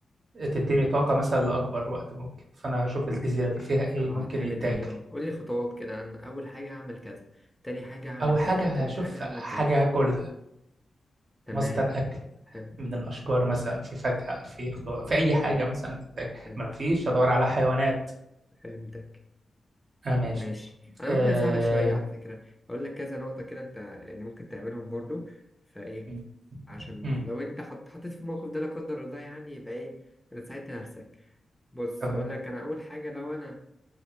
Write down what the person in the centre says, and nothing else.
حلو.
أو
هتعمل
إيه اه قولي خطوات كده أنا أول حاجة هعمل كذا تاني حاجة هعمل
كذا تالت
حاجة هعمل
كذا
تمام
حلو
حلو
فهمتك
ماشي انا
ممكن اساعدك شويه على فكره اقول لك كذا نقطه كده انت يعني ممكن تعملهم برضو فايه
عشان
لو انت حط- حطيت في الموقف ده لا قدر الله يعني يبقى ايه انت ساعدت نفسك بص
اقول لك انا اول حاجه لو انا